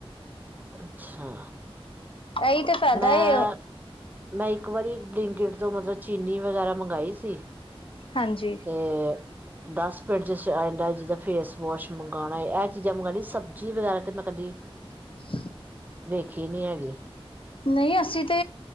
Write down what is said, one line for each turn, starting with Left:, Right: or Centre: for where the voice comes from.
Right: ਅੱਛਾ।
Left: ਐਹੀ ਤੇ ਫਾਇਦਾ
Right: ਮੈਂ
Left: ਏ।
Right: ਮੈਂ ਇੱਕ ਵਾਰੀ ਬਿੰਲੀਕੇਟ ਤੋਂ ਮਤਲਬ ਚੀਨੀ ਵਗੈਰਾ ਮੰਗਾਈ ਸੀ।
Left: ਹਂਜੀ।
Right: ਆ ਦਸ ਮਿੰਟ ਜ ਆ ਜੈਂਦੈ। ਜਿੱਦਾਂ ਫੇਸ ਵਾਸ਼ ਮੰਗਾਨਾ, ਇਹ ਚੀਜ਼ਾਂ ਮੰਗਾਨੀ ਸਬਜ਼ੀ ਵਗੈਰਾ ਤੇ, ਮੈਂ ਕਦੀ
Left: ਹ <inaudible>
Right: ਵੇਖੀ ਨੀ ਹੈਗੀ।
Left: ਨਹੀਂ ਅਸੀਂ ਤੇ